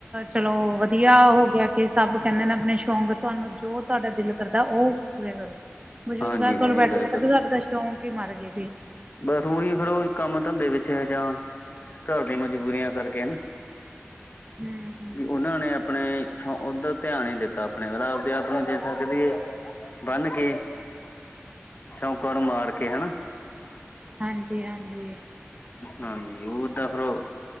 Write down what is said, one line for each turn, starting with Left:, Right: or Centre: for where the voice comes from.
Right: ਚਲੋ ਵਧੀਆ ਹੋ ਗਿਆ ਕਿ ਸਭ ਕੈਂਦੇ ਨੇ ਆਪਣੇ ਸ਼ੌਂਕ ਤੁਹਾਨੂੰ ਜੋ ਤੁਹਾਡਾ ਦਿਲ ਕਰਦਾ ਓ ਪੂਰੇ ਕਰ।
Left: <inaudible>
Right: ਬਜ਼ੁਰਗਾਂ
Left: ਹਾਂਜੀ
Right: ਕੋਲ ਬੈਠੇ
Left: ਬਿਲਕੁਲ
Right: ਤਾਂ ਕਦੇ ਸਾਡੇ ਤਾਂ ਸ਼ੌਂਕ ਈ ਮਰ ਗੇ ਸੀ।
Left: ਬਸ ਉਈ ਫਿਰ ਓ ਕੰਮ, ਧੰਦੇ ਵਿੱਚ ਜਾਂ ਘਰ ਦੀ ਮਜਬੂਰੀਆਂ ਕਰਕੇ ਹਨਾ।
Right: ਹੂੰ-ਹੂੰ।
Left: ਵੀ ਉਨਾਂ ਨੇ ਆਪਣੇ ਸ਼ੋਕ ਉਧ ਧਿਆਨ ਈ ਨੀ ਦਿੱਤਾ ਆਪਣਿਆਂ ਦਾ ਰਾ ਓ ਦੇ ਆਪਣੇ ਨੂੰ ਦਿਸ ਸਕਦੀ ਏ ਬੰਨ ਕੇ, ਸ਼ੌਕਾਂ ਨੂੰ ਮਾਰ ਕੇ ਹਨਾ।
Right: ਹਾਂਜੀ-ਹਾਂਜੀ।
Left: ਹਾਂਜੀ ਉਦਾ ਫਿਰ ਓ,